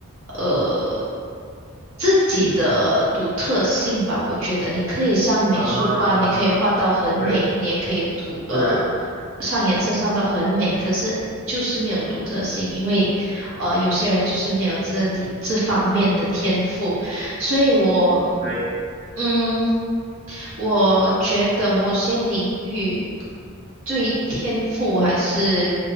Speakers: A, on the right; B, on the right.
A: 呃自己的独特性吧。我觉得你可以上美术班，
B: 啊，
A: 你可以画到很美，
B: 对，
A: 你也可以涂呃
B: 是，
A: 上颜色上到很美，可是就是没有独特性，因为呃有些人就是没有这里这方面的天赋，所以我。
B: 对，
A: 嗯，我觉得某些领域对天赋还是